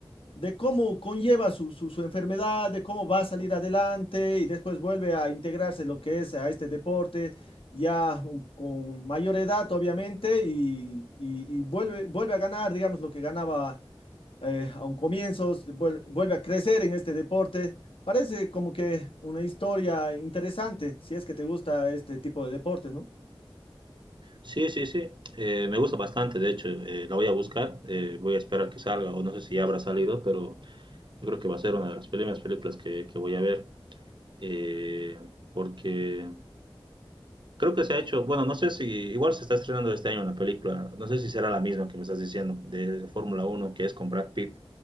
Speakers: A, on the left; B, on the right.
A: de cómo conlleva su, su, su, enfermedad, de cómo va a salir adelante y después vuelve a integrarse lo que es a este deporte, ya con mayor edad, obviamente, y, y, y vuelve, vuelve a ganar, digamos, lo que ganaba eh, a un comienzo, vuelve a crecer en este deporte. Parece como que una historia interesante, si es que te gusta este tipo de deportes, ¿no?
B: Sí, sí, sí. Eh, me gusta bastante, de hecho. Eh, la voy a buscar. eh, voy a esperar que salga o no sé si ya habrá salido, pero yo creo que va a ser una de las primeras películas que, que voy a ver. eh, porque creo que se ha hecho, bueno, no sé si, igual se está estrenando este año la película, no sé si será la misma que me estás diciendo, de Fórmula Uno que es con Brad Pitt.